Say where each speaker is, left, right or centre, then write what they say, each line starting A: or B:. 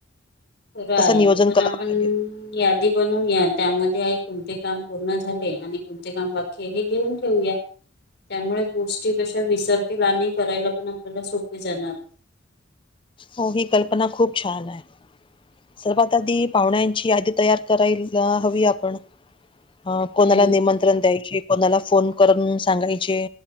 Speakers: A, on the left (about 55°); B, on the left (about 25°).
A: खरं आहे
B: तसं नियोजन
A: पण.
B: करावं
A: आपण
B: लागेल
A: यादी बनूया त्यामध्ये कोणते काम पूर्ण झाले आणि कोणते काम बाकी. हे हे लिहून ठेऊया. त्यामुळे गोष्टी कशा विसरतील आणि करायला पण आपल्याला सोपे जाणार.
B: हो ही कल्पना खूप छान आहे. सर्वात आधी पाहुण्यांची यादी तयार करायला हवी आपण. अ कोणाला
A: हम्म
B: निमंत्रण
A: हम्म
B: द्यायचे कोणाला फोन करून सांगायचे.